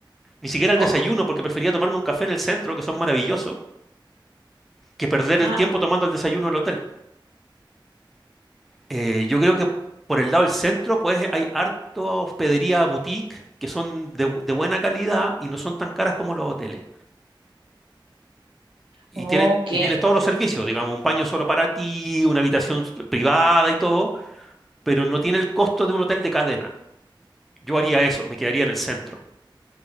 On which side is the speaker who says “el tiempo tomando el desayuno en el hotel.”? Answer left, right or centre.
Centre